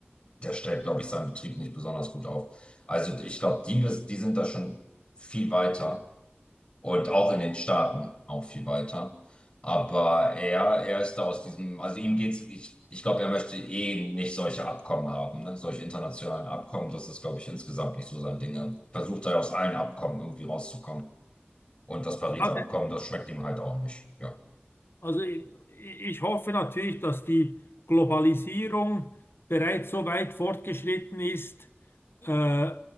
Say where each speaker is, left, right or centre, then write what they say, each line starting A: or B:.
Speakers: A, on the left; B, on the left.
A: der stellt, glaube ich, seinen Betrieb nicht besonders gut auf. Also ich glaube, die, die sind da schon viel weiter und auch in den Staaten auch viel weiter. Aber er, er ist da aus diesem, also ihm geht's, ich, ich glaube, er möchte eh nicht solche Abkommen haben, ne? Solche internationalen Abkommen, das ist, glaube ich, insgesamt nicht so sein Ding. Er versucht halt aus allen Abkommen irgendwie rauszukommen. Und das Pariser
B: Ja, de-
A: Abkommen, das schmeckt ihm halt auch nicht. Ja.
B: also ich, ich hoffe natürlich, dass die Globalisierung bereits so weit fortgeschritten ist, äh,